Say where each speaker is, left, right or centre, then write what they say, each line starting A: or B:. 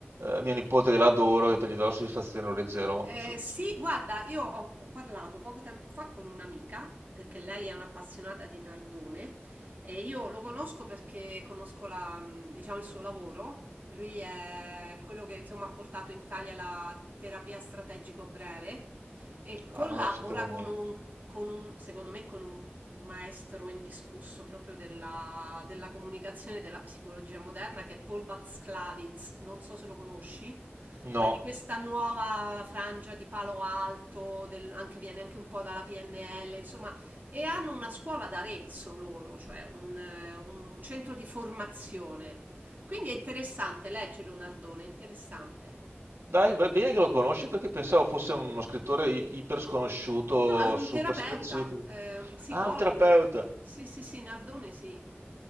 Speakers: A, on the right; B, on the right.
A: eh, mia nipote che l'adoro, ho detto gli do la soddisfazione, lo leggerò.
B: Eh,
A: Non so-
B: sì, guarda, io ho, ho parlato poco tempo fa con un'amica, perché lei è un'appassionata di Nardone e io lo conosco perché conosco la, mh, diciamo, il suo lavoro. E Lui è quello che insomma ha portato in Italia la terapia strategico breve e
A: Ah,
B: collabora
A: non ne sapevo niente.
B: con un, con un- secondo me, con un maestro indiscusso proprio della, della comunicazione e della psicologia moderna, che è Paul Watzlawick, non so se lo conosci,
A: No.
B: ma è di questa nuova frangia di Palo Alto, del- anche, viene anche un po' dalla PNL, insomma, e hanno una scuola ad Arezzo loro, cioè un, eh, un centro di formazione. Quindi è interessante, leggilo Nardone, è interessante.
A: Dai, va bene che lo conosci perché pensavo fosse uno scrittore i- iper sconosciuto,
B: No, è un
A: super
B: terapeuta,
A: specifico.
B: eh, psicologo,
A: Ah, un terapeuta.
B: terapeuta. Sì, sì, sì, Nardone sì.